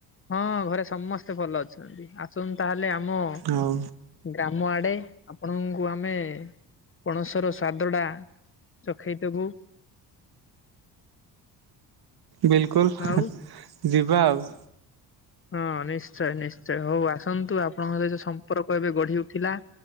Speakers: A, on the left; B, on the right.
A: ହଁ ଘରେ ସମସ୍ତେ ଭଲ ଅଛନ୍ତି ଆସନ୍ତୁ ତାହେଲେ ଆମ
B: ଆଉ
A: ଗ୍ରାମ ଆଡ଼େ ଆପଣଙ୍କୁ ଆମେ ପଣସର ସ୍ୱାଦଟା ଚଖେଇଦୋବୁ।
B: ବିଲକୁଲ
A: ଆଉ
B: ଯିବା ଆଉ।
A: ହଁ ନିଶ୍ଚୟ ନିଶ୍ଚୟ ହଉ ଆସନ୍ତୁ ଆପଣଙ୍କର ଏଯୋଉ ସ ପରକ ଏବେ ଗଢ଼ି ଉଠିଲା